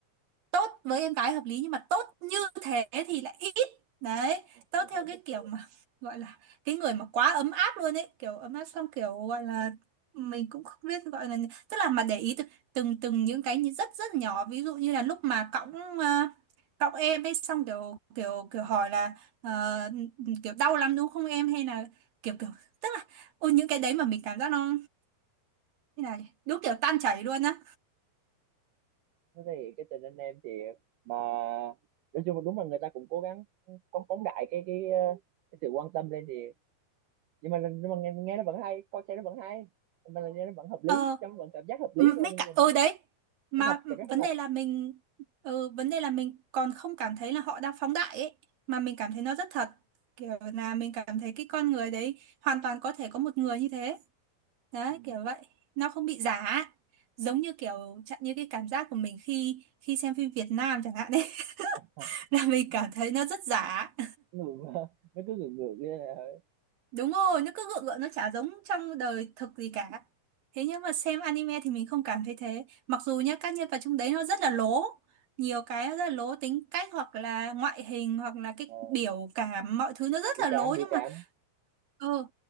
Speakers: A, on the right; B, on the right.
A: tốt với em gái hợp lý nhưng mà tốt như thế thì lại ít đấy
B: <laughs>
A: tốt theo cái
B: Ok.
A: kiểu mà <laughs> gọi là cái người mà quá ấm áp luôn ấy kiểu ấm áp xong kiểu gọi là mình cũng không biết gọi là tức là mà để ý từ, từng từng những cái như rất rất nhỏ ví dụ như là lúc mà cõng à, cõng em ấy xong kiểu kiểu kiểu hỏi là ờ, kiểu đau lắm đúng không em hay là kiểu kiểu tức là ôi những cái đấy mà mình cảm giác nó như là đúng kiểu tan chảy luôn á
B: thế thì cái tình anh em thì mà nói chung là đúng là người ta cũng cố gắng phóng phóng đại cái cái ờ, cái sự quan tâm lên thì nhưng mà nhưng mà nghe, nghe nó vẫn hay coi xem nó vẫn hay nhưng mà là nghe nó vẫn hợp lý
A: Ờ
B: trong vẫn cảm giác hợp lý
A: Ừ,
B: thôi
A: mấy
B: cho nên
A: cả
B: là
A: ừ đấy mà
B: nó thật
A: ừ,
B: cảm giác nó
A: vấn
B: thật
A: đề là mình ừ, vấn đề là mình còn không cảm thấy là họ đang phóng đại ấy mà mình cảm thấy nó rất thật kiểu là mình cảm thấy cái con người đấy hoàn toàn có thể có một người như thế đấy
B: ừ.
A: kiểu vậy nó không bị giả giống như kiểu chẳng như cái cảm giác của mình khi khi xem phim Việt Nam chẳng hạn đấy <laughs>
B: <laughs>
A: là mình cảm thấy nó rất giả
B: ngược nó cứ ngược ngược như là
A: Đúng rồi, nó cứ gượng gượng, nó chả giống trong đời thực gì cả. Thế nhưng mà xem anime thì mình không cảm thấy thế. Mặc dù nhá, các nhân vật trong đấy nó rất là lố. Nhiều cái rất là lố tính cách hoặc là ngoại hình hoặc là cái
B: ờ,
A: biểu cảm mọi thứ nó rất
B: biểu
A: là
B: cảm
A: lố
B: biểu
A: nhưng
B: cảm
A: mà ừ,